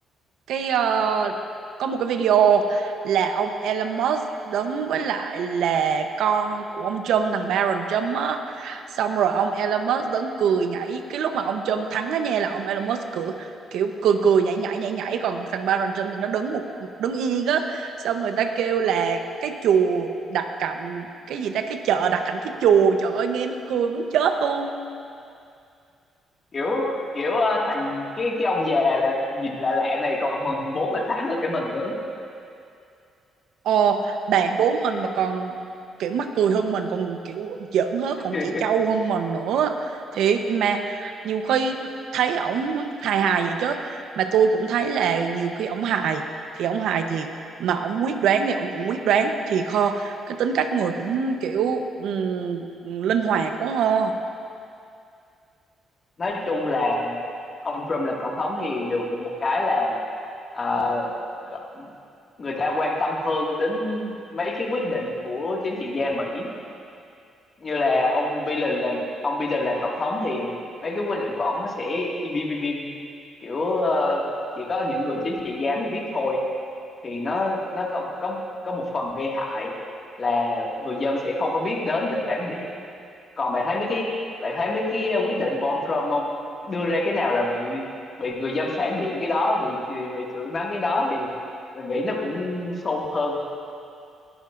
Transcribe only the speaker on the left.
kiểu kiểu ờ, thằng cái cái ông già là nhìn lạ lạ này còn mừng bố mình thắng được cái mình nữa
<laughs>
nói chung là ông Trump làm tổng thống thì được một cái là ờ, g- người ta quan tâm hơn đến mấy cái quyết định của chính trị gia Mỹ như là ông Biden làm ông Biden làm tổng thống thì mấy cái quyết định của ông nó sẽ im im im, im. kiểu ờ, chỉ có những người chính trị gia mới biết thôi thì nó nó có có có một phần gây hại là người dân sẽ không có biết đến để phản biện còn bạn thấy mấy cái bạn thấy mấy cái ờ, quyết định của ông Trump không đưa ra cái nào là bị bị người dân phản biện cái đó bị bị chửi mắng cái đó thì mình nghĩ nó cũng xôn hơn